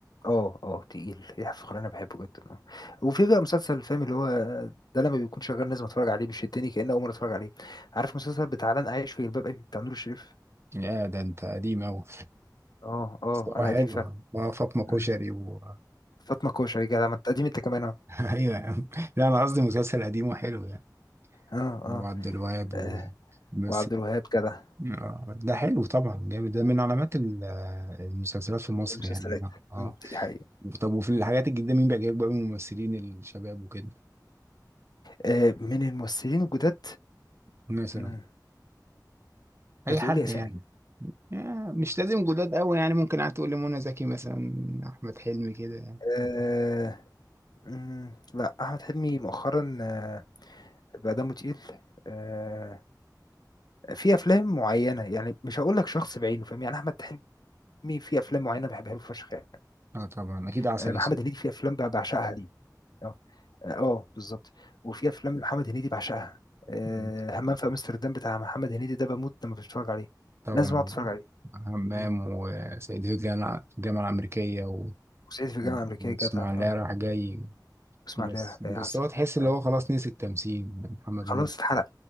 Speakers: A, on the left; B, on the right.
A: اه اه تقيل يحيى الفخراني انا بحبه جدا اه وفي بقى مسلسل فاهم اللي هو ده لما بيكون شغال لازم اتفرج عليه بيشدني كأني اول مره اتفرج عليه عارف مسلسل بتاع لن اعيش في جلباب ابي بتاع نور الشريف
B: يا ده انت قديم اوي
A: اه اه
B: بس هو
A: انا
B: حلو
A: قديم فعلا
B: ما فاطمة كشري
A: مم.
B: و...
A: فاطمه كوشري جدع ما انت قديم انت كمان اه
B: <laughs> ايوه يا عم لا انا قصدي مسلسل قديم وحلو يعني
A: اه
B: وعبد
A: اه
B: الوهاب و...
A: آه،
B: بس
A: وعبد الوهاب جدع
B: آه، ده حلو طبعا جامد ده من علامات ال- آه، المسلسلات في مصر
A: المسلسلات
B: يعني اه
A: مم، دي حقيقة
B: طب وفي الحاجات الجديدة مين بيعجبك بقى من الممثلين الشباب وكده
A: آه من الممثلين الجداد
B: مثلا
A: مم،
B: اي
A: ما تقولي
B: حد
A: اسامي
B: يعني
A: كده
B: آه، مش لازم جداد قوي يعني ممكن قاعد تقول لي منى زكي مثلا احمد حلمي كده يعني
A: آه مم، لا احمد حلمي مؤخرا آه بقى دمه تقيل آه في افلام معينه يعني مش هقول لك شخص بعينه فاهم يعني احمد حلمي في افلام معينه بحبها له فشخ يعني
B: اه طبعا اكيد عسل
A: آه، محمد
B: اسود
A: هنيدي في افلام ب- بعشقها ليه اه اه بالظبط وفي افلام محمد هنيدي بعشقها آه،
B: م-
A: همام في امستردام بتاع محمد هنيدي ده بموت لما بتفرج عليه
B: طبعا
A: لازم اقعد اتفرج عليه
B: همام
A: مم.
B: وسيد في الجامعة الجامعة الأمريكية و-
A: وصعيدي في الجامعه
B: واسماعيلية
A: الامريكيه جدع اه
B: رايح جاي
A: واسمع
B: بس
A: ليه
B: بس
A: يا عسل
B: هو تحس اللي
A: اه
B: هو خلاص نسي التمثيل يعني محمد
A: خلاص
B: هنيدي
A: اتحرق